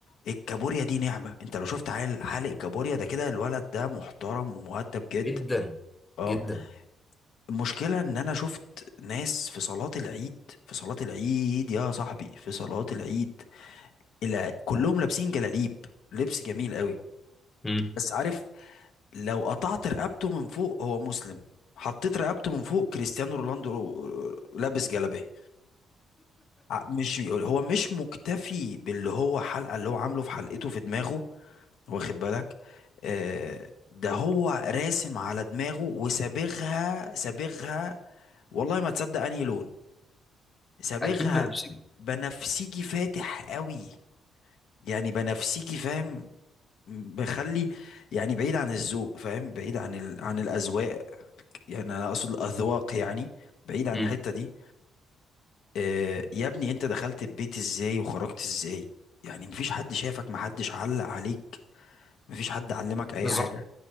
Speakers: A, on the left; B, on the left.
A: الكابوريا دي نعمة انت لو شفت عيل حالق كابوريا ده كده الولد ده محترم ومؤدب جدا
B: جدا
A: اه
B: جدا
A: المشكلة ان انا شفت ناس في صلاة العيد في صلاة العيد يا صاحبي في صلاة العيد الى كلهم لابسين جلاليب لبس جميل قوي
B: امم
A: بس عارف لو قطعت رقبته من فوق هو مسلم حطيت رقبته من فوق كريستيانو رونالدو لابس جلابيه ع- مش هو مش مكتفي باللي هو حلقه اللي هو عامله في حلقته في دماغه واخد بالك آه، ده هو راسم على دماغه وسابغها سابغها والله ما تصدق انهي لون سابغها
B: اكيد بنفسي
A: بنفسجي فاتح قوي يعني بنفسجي فاهم بخلي يعني بعيد عن الذوق فاهم بعيد عن ال... عن الاذواق يعني انا اقصد الاذواق يعني بعيد عن
B: امم
A: الحته دي آه يا ابني انت دخلت البيت ازاي وخرجت ازاي يعني مفيش حد شافك محدش علق عليك مفيش حد علمك اي
B: بالظبط
A: حاجه